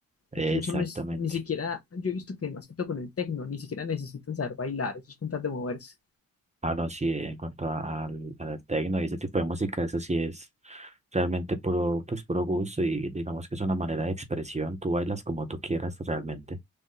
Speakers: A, on the right; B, on the left.
A: Exactamente.
B: Incluso no es- ni siquiera, yo he visto que más que todo con el techno, ni siquiera necesitan saber bailar, eso es con tal de moverse.
A: Ah, no, sí, en cuanto a- al, al tecno y ese tipo de música, eso sí es realmente puro, pues, puro gusto y digamos que es una manera de expresión, tú bailas como tú quieras realmente,